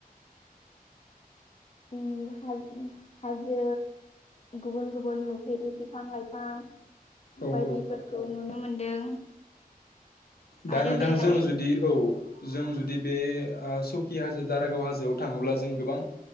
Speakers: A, on the left; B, on the left.
A: उम हा हाजो गुबुन गुबुन नुफेरि बिफां-लाइफां
B: औ
A: बायदि
B: औ
A: फोरखौ नुनो मोनदों।
B: दा
A: आरो
B: नोंथांजों
A: बेहाय
B: जुदि औ जों
A: औ
B: जुदि बे ओ सौकि हाजो दारागाव हाजोआव थाङोब्ला जों गोबां